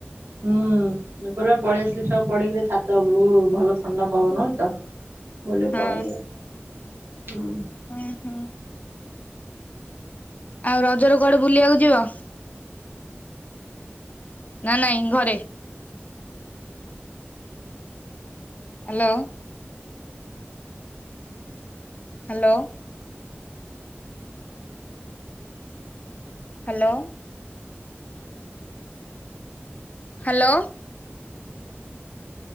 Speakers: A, on the right (about 60°); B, on the left (about 35°).
A: ହୁଁ ଏପଟେ ପା ପଳେଇ ଆସିଲି ଛୁଆକୁ ପଢେଇକିରି ଛାତ ଓପୁରୁକୁ ଭଲ ଥଣ୍ଡା ପବନ ହୋଉଛି ତ ମୁଁ କହିଲି ଟିକେ
B: ହଁ
A: ପଳାଏ ହୁଁ।
B: ଉଁହୁଁ। ଆଉ ରଜରୁ କୁଆଡେ ବୁଲିବାକୁ ଯିବ। ନା ନାଇଁ ଘରେ। Hello. Hello. Hello. Hello.